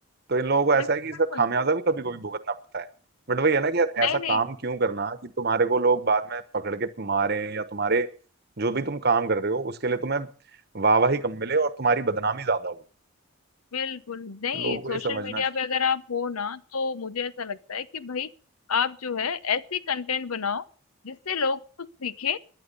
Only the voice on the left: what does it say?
बिल्कुल
बिल्कुल
नहीं
नहीं
बिल्कुल नहीं
सोशल
मीडिया
पे अगर आप हो ना तो मुझे ऐसा लगता है कि भाई आप जो है ऐसी कंटेंट बनाओ जिससे लोग कुछ सीखें